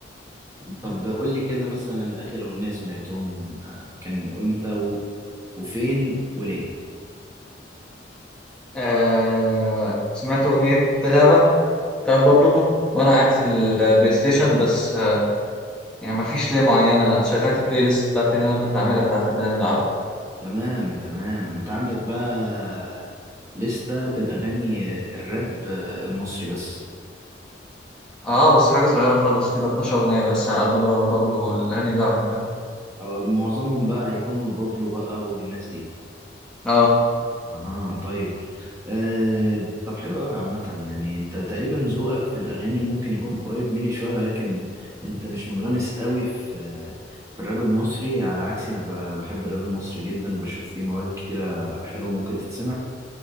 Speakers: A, on the right; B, in the centre.
A: طب قول لي كده مثلا آخر أغنية سمعتهم آه، كان وإمتى و- وفين وليه
B: آه سمعت أغنية غابة بتاعت بابلو وأنا قاعد في البلاي ستيشن بس يعني ما فيش ليه معينة شغلت البلاي ليست بتاعتي اللي أنا كنت عاملها بتاعت الأغاني العربي
A: تمام تمام انت عندك بقى لستة بالاغاني الراب المصري بس
B: آه بس حاجة صغيرة خالص كده 12 أغنية بس على قد مروان بابلو والأغاني اللي أنا بحبها
A: أه، معظمهم بقى هيكونوا البابلو بقى والناس دي
B: آه
A: اها طيب أه طب حلو قوي عامة يعني انت تقريبا ذوقك في الاغاني ممكن يكون قريب مني شوية ولكن انت مش منغمس قوي في في الراب المصري على عكسي انا ب- بحب الراب المصري جدا وبشوف فيه مواهب كتيرة حلوة ممكن تتسمع